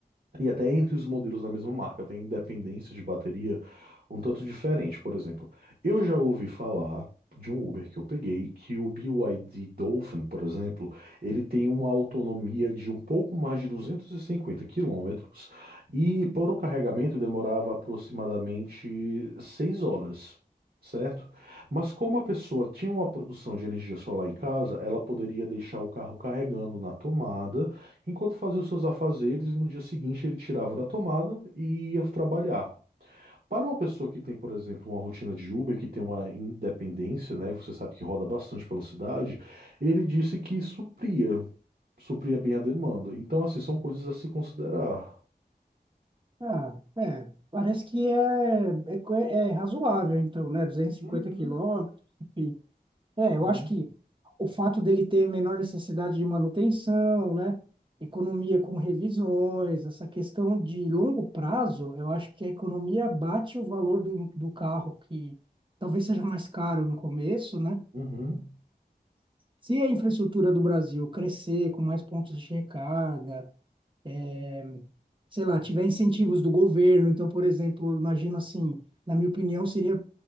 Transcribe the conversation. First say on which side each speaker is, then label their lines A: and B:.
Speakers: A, on the right (about 60°); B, on the right (about 30°).
A: E até entre os modelos da mesma marca, tem independência de bateria um tanto diferente. Por exemplo, eu já ouvi falar de um Uber que eu peguei, que o BYD Dolphin, por exemplo, ele tem uma autonomia de um pouco mais de 250 quilômetros e para o carregamento demorava aproximadamente 6 horas. Certo? Mas como a pessoa tinha uma produção de energia solar em casa, ela poderia deixar o carro carregando na tomada Enquanto fazia os seus afazeres, e no dia seguinte ele tirava da tomada e ia trabalhar. Para uma pessoa que tem, por exemplo, uma rotina de Uber, que tem uma independência, né? Você sabe que roda bastante pela cidade, ele disse que supria, supria bem a demanda. Então, assim, são coisas a se considerar.
B: Ah, é, parece que é, é, co- é razoável, então, né? duzentos e
A: Uhum,
B: cinquenta quilômetros, enfim. É, eu
A: uhum,
B: acho que o fato dele ter menor necessidade de manutenção, né? Economia com revisões, essa questão de longo prazo, eu acho que a economia bate o valor do, do carro, que talvez seja mais caro no começo, né?
A: uhum,
B: Se a infraestrutura do Brasil crescer com mais pontos de recarga, é, sei lá, tiver incentivos do governo. Então, por exemplo, eu imagino assim, na minha opinião, seria